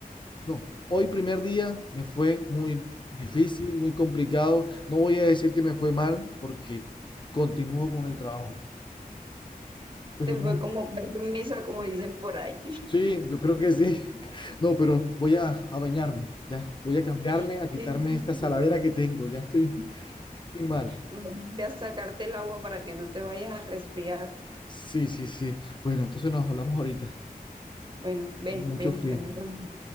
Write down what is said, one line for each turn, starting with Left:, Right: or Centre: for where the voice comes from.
Left: No, hoy primer día me fue muy difícil, muy complicado. No voy a decir que me fue mal porque continúo con el trabajo, pero
Right: Te
Left: no.
Right: fue como permisa, como dicen por ahí.
Left: Sí, yo creo que sí. <laughs> No, pero voy a, a bañarme, ya. Voy a cambiarme,
Right: <laughs>
Left: a quitarme esta saladera que tengo. Ya estoy, estoy mal.
Right: Más bien Ve a sacarte el agua para que no te vayas a resfriar.
Left: Sí, sí, sí. Bueno, entonces nos hablamos ahorita.
Right: Bueno, ve,
Left: Tengo mucho
Right: ve,
Left: frío.
Right: ve. Bueno,